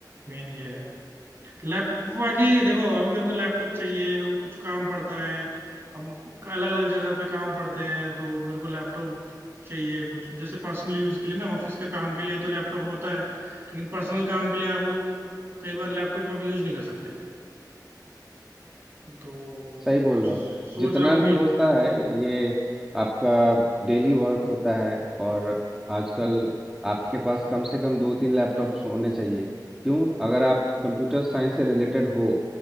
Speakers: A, on the right (about 30°); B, in the centre.
A: मेन ये है लैपटॉप बाकी देखो अभी मेरे को लैपटॉप चाहिए मेरे को कुछ काम पड़ता है अब अलग अलग जगह पे काम पड़ते हैं तो मेरे को लैपटॉप चाहिए कुछ जैसे पर्सनल यूज के लिए ना ऑफिस के काम के लिए तो लैपटॉप होता है लेकिन पर्सनल काम के लिए आपको कई बार लैपटॉप आप यूज नहीं कर सकते तो
B: सही बोल
A: अब
B: रहे
A: सोच
B: हो जितना
A: रहा हूँ
B: भी
A: कि
B: होता है ये आपका डेली वर्क होता है
A: हम्म
B: और आजकल आपके पास कम से कम दो तीन लैपटॉप्स होने चाहिए क्यों अगर आप कंप्यूटर साइंस से रिलेटेड हो